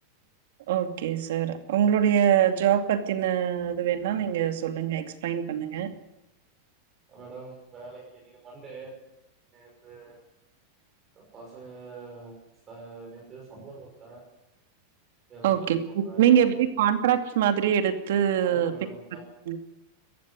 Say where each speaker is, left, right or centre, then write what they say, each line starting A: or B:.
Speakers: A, on the right; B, on the right.
A: ஓகே சார் உங்ளுடைய ஜாப் பத்தின இது வேணா இங்க சொல்லுங்க எக்ஸ்பிளைன் பண்ணுங்க
B: மேடம் வேலைக்கு இன்னிக்கி மண்டே நேத்து பசங்க சா நேத்து சம்பள குடுத்தே எல்லா
A: ஓகே
B: லீவ் போட்டாங்க
A: நீங்க எப்டி கான்ட்ராக்ட்ஸ் மாதிரி எடுத்து
B: ஆமா மேடம்
A: பெயின்ட் பண்றீங்ளா